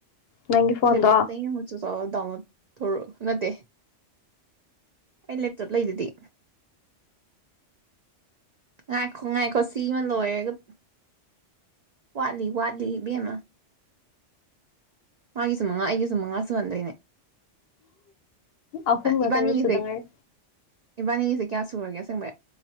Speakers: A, on the left; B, on the right.
A: ꯅꯪꯒꯤ ꯐꯣꯟꯗꯣ
B: ꯂꯦꯞꯇꯣꯞꯇ ꯍꯁꯨ ꯆꯂꯗꯥ ꯊꯧꯔꯣ ꯅꯠꯇꯦ ꯑꯩ ꯂꯦꯞꯇꯣꯞ ꯂꯩꯗꯗꯤ ꯉꯥꯏꯈꯣ ꯉꯥꯏꯈꯣ ꯁꯤꯃ ꯂꯣꯏꯔꯒ ꯋꯥꯠꯂꯤ ꯋꯥꯠꯂꯤ ꯃ ꯃꯥꯒꯤꯁꯨ ꯃꯉꯥ ꯑꯩꯒꯤꯁꯨ ꯃꯉꯥ ꯁꯨꯍꯟꯗꯣꯏꯅꯦ
A: ꯑꯍꯨꯝꯔ
B: ꯏꯕꯥꯅꯤꯁꯦ
A: ꯀꯩꯅꯣꯝ ꯁꯨꯗ ꯉꯥꯏꯔꯤ
B: ꯏꯕꯥꯅꯤꯁꯦ ꯀꯌꯥ ꯁꯨꯔꯒꯦ ꯑꯁꯦꯡꯕ